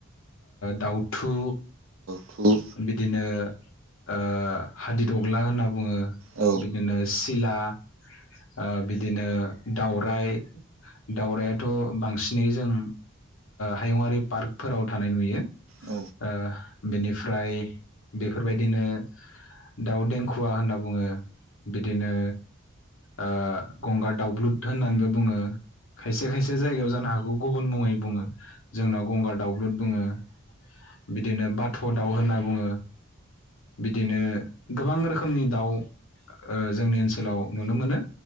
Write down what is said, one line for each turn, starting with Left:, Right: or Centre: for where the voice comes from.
Left: दाउ। थु।
Right: थु।
Left: बिदिनो ओ हादिदग्ला होनना बुङो
Right: औ
Left: बिदिनो सिला ओ बिदिनो दावराय दावरायथ बांसिनै जों हायुङारि पार्कफोराव थानाय नुयो। ओ
Right: औ
Left: बेनिफ्राय बेफोरबायदिनो दाउ देंखुवा होनना बुङो बिदिनो ओ गंगार दावउब्लुद होननानैबो बुङो खायसे खायसे जायगायाव जानो हागौखौ गुबुन मुङै बुङो जोंनाव गंगार दावउब्लुद बुङो। ओ बिदिनो बाथ दाउ होनना बुङो बिदिनो गोबां रोखोमनि दाउ ओ जोंनि ओनसोलाव नुनो मोनो